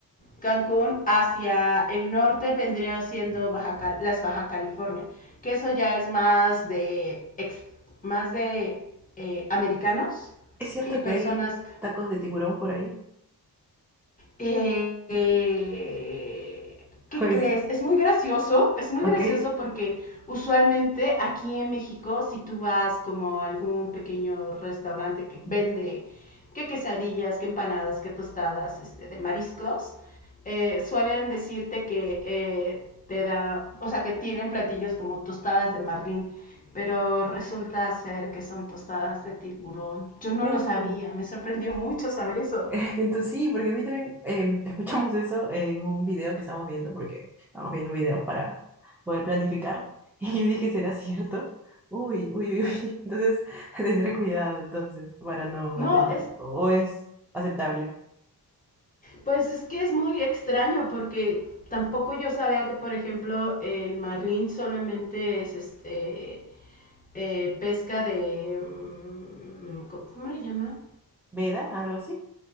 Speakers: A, on the left (about 20°); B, in the centre.
A: Cancún hacia el norte vendría siendo Baja las Baja California, que eso ya es más de, ex- más de eh, americanos
B: ¿Es cierto
A: y personas
B: que hay tacos de tiburón por ahí?
A: eh, ¿Qué
B: <laughs> Pues,
A: crees? Es muy gracioso, es muy
B: ok.
A: gracioso porque usualmente aquí en México, si tú vas como a algún pequeño restaurante que vende que quesadillas, que empanadas, que tostadas este, de mariscos, eh, suelen decirte que eh, te da, o sea, que tienen platillos como tostadas de marlín, pero resulta ser que son tostadas de tiburón. Yo no
B: Uy,
A: lo sabía, me sorprendió mucho saber eso.
B: <laughs> Entonces sí, porque a mí también em, escuchamos eso en un video que estamos viendo, porque estamos viendo videos para poder planificar, <laughs> y yo dije, ¿será cierto? Uy, uy, uy, uy. <laughs> Entonces <laughs> tendré cuidado entonces para no
A: No,
B: atentar.
A: es
B: ¿O es aceptable?
A: Pues es que es muy extraño porque tampoco yo sabía que, por ejemplo, el marlín solamente es este eh, pesca de... mm, ¿Cómo le llama?
B: ¿Veda? ¿Algo así?